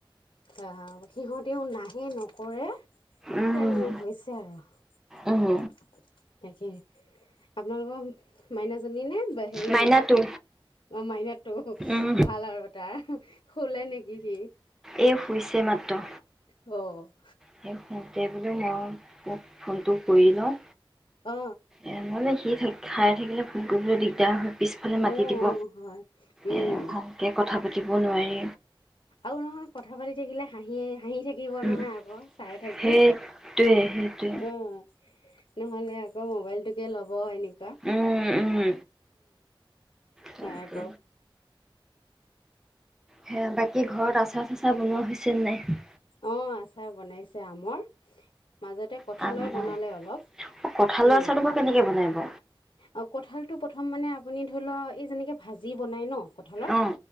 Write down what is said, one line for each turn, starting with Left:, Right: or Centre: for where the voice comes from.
Left: আহ সিহঁতেও নাহে নকৰে
Centre: উম।
Left: সেয়া মানে হৈছে আৰু
Centre: উম,
Left: তাকে আপোনালোকৰ মাইনাাজী নে সেই।
Centre: মাইনাটো
Left: মোৰ মাইনাটো,
Centre: উম,
Left: ভাল আৰু। আহা শুলে নেকি সি
Centre: এ শুইছে মাত্ৰ
Left: অ
Centre: সি শুতে বোলো মই উক ফোনটো কৰি লওঁ
Left: অ অ
Centre: এ মানে সি থাক খাই থাকিলে ফোন কৰিবলৈ দিগদাৰ হয় পিছফালে মাতি
Left: উ
Centre: দিব
Left: হয় উম
Centre: এ ভালকে কথা পাতিব নোৱাৰি
Left: আৰু নহয় কথা পাতি থাকিলে হাঁহিয়ে হাঁহি থাকিব
Centre: উম
Left: নহয় আকৌ চাই থাকি
Centre: সেইটোৱে সেইটোৱে
Left: উ নহলে আক মোবাইলটোকে ল'ব এনেক
Centre: উম উম তাকে
Left: হয় আক
Centre: হে বাকী ঘৰত আছা চাত বনোৱা হৈছে নে নাই
Left: অ আচাৰ বনাইছে আমৰ মাজতে কঁঠালৰ
Centre: <unintelligible>
Left: বনালে অলপ
Centre: কঠালৰ
Left: উম
Centre: আচা তো বাও কেনেকে বনাই <inaudible>
Left: অ কঁঠালটো পথম মানে আপুনি ধৰি ল এই যেনেকে ভাজি বনাই ন কঁঠালৰ
Centre: অ